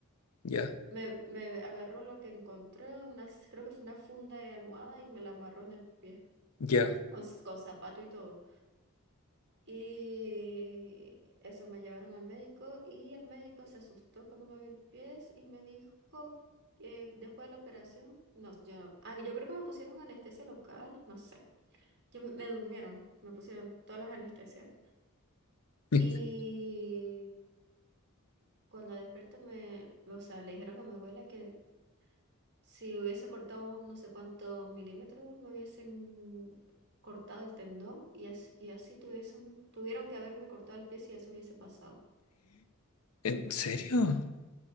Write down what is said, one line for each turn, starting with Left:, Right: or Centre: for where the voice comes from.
Left: Ya.
Right: me, me agarró lo que encontré, unas, creo que fue una funda de almohada y me la amarró en el pie,
Left: Ya.
Right: con, s- con zapato y todo. Y eso me llevaron al médico y el médico se asustó cuando me vio el pie y me dijo que después de la operación, no, yo, ah, yo creo que me pusieron anestesia local, no sé, que me me durmieron, me pusieron todas las anestesias.
Left: <laughs>
Right: Y Cuando despierto me, o sea, le dijeron a mi abuela que si hubiese cortado un no sé cuántos milímetros, me hubiesen cortado el tendón y así, y así tuviesen, tuvieron que haberme cortado el pie si eso hubiese pasado.
Left: ¿En serio?